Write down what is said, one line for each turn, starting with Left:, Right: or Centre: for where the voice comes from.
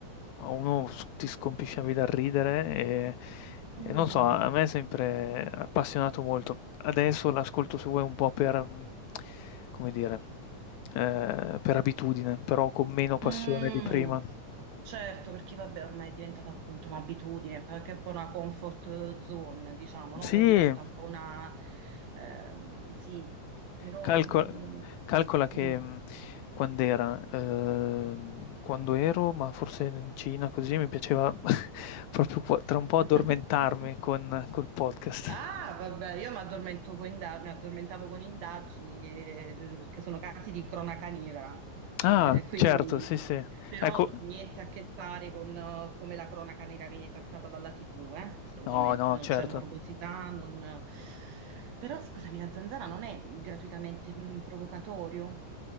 Left: a uno s ti scompisciavi dal ridere e
Right: mm,
Left: e non so, a me è sempre appassionato molto. Adesso l'ascolto se vuoi un po' per, mhmm, come dire, ehm, per abitudine, però con meno passione
Right: mm.
Left: di prima.
Right: Certo, perché vabbè, ormai è diventata appunto un'abitudine, perché è un po' una comfort zone, diciamo, no?
Left: Sì.
Right: Poi diventa un po' una... ehm, sì, però...
Left: Calco
Right: non-
Left: calcola che,
Right: mm.
Left: mhmm, quand'era? Ehm, quando ero, ma forse in Cina così, mi piaceva <laughs> proprio qua tra un po' addormentarmi
Right: <laughs>
Left: con col podcast.
Right: Ah, vabbè, io mi addormento con inda- mi addormentavo con indagini che, che sono casi di cronaca nera, cioè,
Left: Ah,
Right: <laughs> quindi,
Left: certo, sì, sì.
Right: però
Left: Ecco
Right: niente a che fare con eh, come la cronaca nera viene trattata dalla TV, eh? Assolutamente,
Left: no, no,
Right: non
Left: certo.
Right: c'è morbosità, non... Però scusami, la zanzara non è gratuitamente mm, provocatorio?